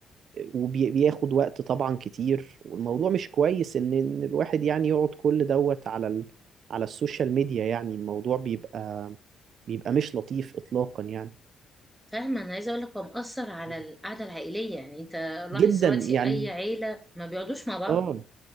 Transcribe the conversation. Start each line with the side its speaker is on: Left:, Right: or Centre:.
Right: وبياخد وقت طبعا كتير والموضوع مش كويس ان إن الواحد يعني يقعد كل دوت على ال... على السوشيال ميديا يعني الموضوع بيبقى بيبقى مش لطيف اطلاقا يعني
Centre: فاهمة انا عايزة اقول لك هو مأثر على
Right: مم.
Centre: القعدة العائلية يعني انت لاحظ
Right: جدا
Centre: دلوقتي
Right: يعني
Centre: اي عيلة ما بيقعدوش مع بعض
Right: اه